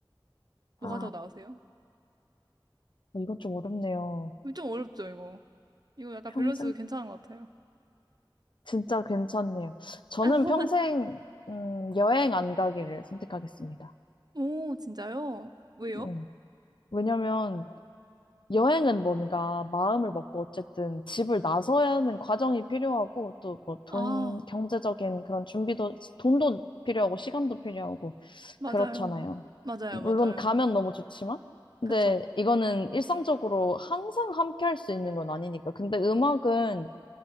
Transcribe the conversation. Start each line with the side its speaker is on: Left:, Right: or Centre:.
Right: 뭐가
Left: 아,
Right: 더 나으세요?
Left: 어, 이건 좀 어렵네요.
Right: 좀 어렵죠, 이거. 이거 약간
Left: 평생?
Right: 밸런스 괜찮은 것 같아요.
Left: 진짜 괜찮네요. 저는
Right: <laughs>
Left: 평생, 음, 여행 안 가기를 선택하겠습니다.
Right: 오, 진짜요? 왜요?
Left: 네. 왜냐면, 여행은 뭔가 마음을 먹고 어쨌든 집을 나서야 하는 과정이 필요하고 또 뭐 돈,
Right: 아,
Left: 경제적인 그런 준비도, 돈도 필요하고 시간도 필요하고
Right: 맞아요.
Left: 그렇잖아요.
Right: 맞아요,
Left: 물론
Right: 맞아요.
Left: 가면 너무 좋지만, 근데
Right: 그쵸.
Left: 이거는 일상적으로 항상 함께 할 수 있는 건 아니니까. 근데 음악은